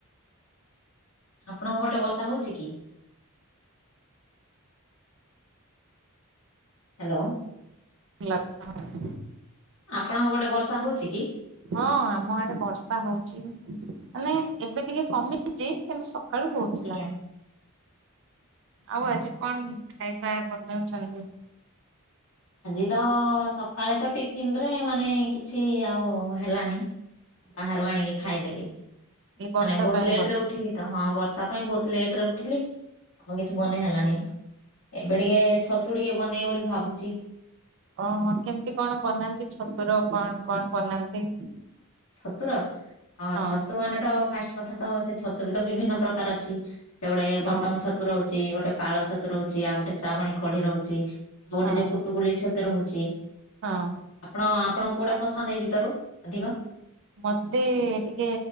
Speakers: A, on the left; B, on the right.
A: ଆପଣଙ୍କ ପଟେ ବର୍ଷା ହଉଛି କି? ହ୍ୟାଲୋ।
B: ଲତା ହେ।
A: ଆପଣଙ୍କ ପଟେ ବର୍ଷା ହଉଛି କି?
B: ହଁ ଆମ ଆଡେ ବର୍ଷା ହଉଛି ମାନେ ଏବେ ଟିକେ କମି ଚି କିନ୍ତୁ ସକାଳୁ ହଉଥିଲା
A: ଆଜ୍ଞା
B: ଆଉ
A: ହଉ
B: ଆଜି
A: ହଉ
B: କଣ? ଖାଇବା ବନଉଛନ୍ତି?
A: ଆଜି ତ ସକାଳେ ତ ଟିଫିନ ରେ ମାନେ କିଛି ଆଉ ହେଲାନି ବାହାରୁ ଆଣିକି ଖାଇଦେଲି
B: ଏଇ ବର୍ଷା
A: ମାନେ ବହୁତ
B: ପାଇଁ
A: ଲେଟରେ
B: ବୋଧେ?
A: ଉଠିଲି। ତ ହଁ ବର୍ଷା ପାଇଁ ବହୁତ ଲେଟରେ ଉଠିଲି ଆଉ କିଛି ବନେଇ ହେଲନି। ଏବେ ଟିକେ ଛତୁ ଟିକେ ବନେଇ ବୋଲି ଭାବୁଛି।
B: ଓହୋ କେମିତି କଣ ବନାନ୍ତି ଛତୁର କଣ କଣ ବନାନ୍ତି?
A: ଛତୁର ଆ
B: ହଁ
A: ଛତୁ ମାନେ ତ ଫାଷ୍ଟ କଥା ତ ସେ ଛତୁ ବି ତ ବିଭିନ୍ନ ପ୍ରକାର ଅଛି। ସେ ଗୋଟେ
B: ହଁ
A: ବଟମ ଛତୁ ରହୁଛି ଗୋଟେ ପାଳ ଛତୁ ରହୁଛି ଆଉ ଗୋଟେ ଶ୍ରାବଣୀ କଢି ରହୁଛି। ମୋ ଗୋଟେ
B: ହଁ
A: ଝିଅ ପୁଟୁଗୁଳି ଛତର ହହୁଛି।
B: ହଁ।
A: ଆପଣ ଆପଣ କୋଉଟା ପସନ୍ଦ ଏଇ ଗୀତରୁ ଅଧିକ
B: ମତେ ଟିକେ